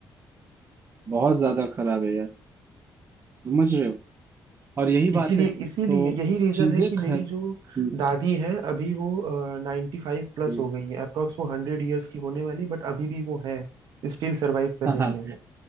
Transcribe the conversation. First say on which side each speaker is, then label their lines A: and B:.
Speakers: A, on the right (about 35°); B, on the right (about 80°).
A: बहुत ज्यादा खराब है यार समझ रहे हो और यही बात
B: इसीलिए
A: है
B: इसीलिए
A: तो
B: यही रीजन
A: चीजें
B: है कि मेरी
A: खर
B: जो
A: हम्म,
B: दादी है अभी वो नाइन्टी फाइव प्लस
A: हम्म,
B: हो गई है अप्रोक्स वो हंड्रेड ईयर्स की होने वाली बट अभी भी वो है स्टिल सरवाइव कर
A: हाँ
B: रही
A: हाँ
B: है वो